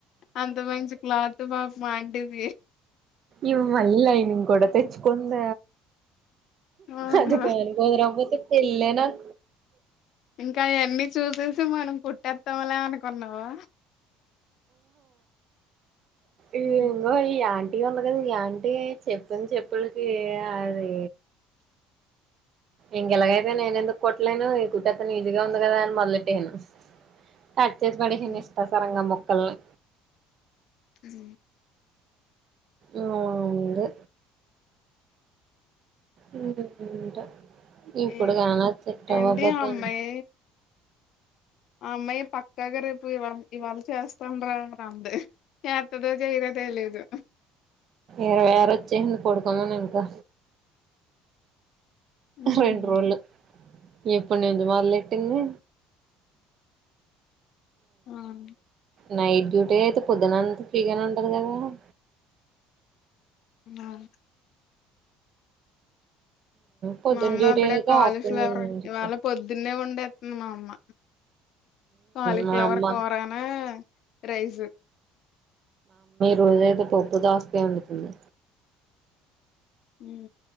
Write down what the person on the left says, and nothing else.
అంత మంచి క్లాత్ పాపమాంటిది
ఆహా
ఇంకా అవన్నీ చూసేసి మనం కుట్టేత్తామ్లే అనుకున్నావా
ఉమ్,
ఉమ్,
ఉమ్
ఏ
ఏంటి ఆ అమ్మాయి అమ్మాయి పక్కాగా రేపు ఇవళ ఇవాళ చేస్తాండ రా అంత చేత్తదో చేయరో తెలియదు దు
ఉహు
ఆ డి
అవును
మా అమ్మ
అప్పుడే
కాలీఫ్లవర్
ఇవాళ పొద్దున్నే వండే ఎతున్ది మా అమ్మ కాలిఫ్లవర్
కూరను రైస్
ఉ